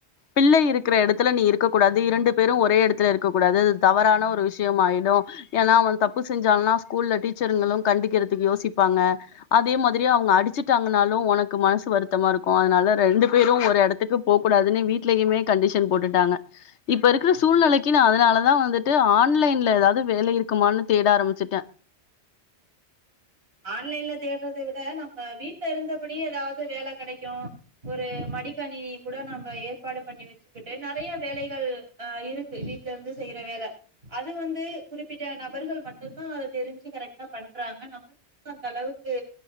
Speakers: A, on the left (about 85°); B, on the right (about 60°).
A: பிள்ளை இருக்கிற எடத்துல நீ இருக்க கூடாது இரண்டு பேரு ஒரே எடத்துல இருக்க கூடாது அது தவறான ஒரு விஷயமாயிடு ஏனா அவ தப்பு செஞ்சானா ஸ்கூல்ல டீச்சருங்களு கண்டிக்கிறதுக்கு யோசிப்பாங்க அதே மாதிரி திரி அவுங்க அடிச்சிட்டாங்னாலு ஒனக்கு மனசு வருத்தமா இருக்கு அதனால ரெண்டு பேரும் ஒரு எடத்துக்கு போ கூடாதுன்னு வீட்லயுமே கண்டிஷன் போட்டுட்டாங்க இப்ப இருக்கிற சூழ்நெலைக்கு நா அதனாலதா வந்துட்டு ஆன்லைன்ல ஏதாது வேலை இருக்குமான்னு தேட ஆரம்பிச்சுட்ட
B: ஆன்லைன்ல தேடறதை விட நம்ம வீட்ல இருந்தபடி ஏதாவது வேல கெடைக்கு ஒரு மடிக்கணி கூட நம்ப ஏற்பாடு பண்ணி வச்சு வச்சக்கிட்டு நெறைய வேலைகள் ஆ இருக்கு வீட்ல இருந்து செய்ற வேல அது வந்து குறிப்பிட்ட நபர்கள் மட்டும்ந்தா அத தெரிஞ்சி கரெக்டா பண்றாங்க நம் அந்த அளவுக்கு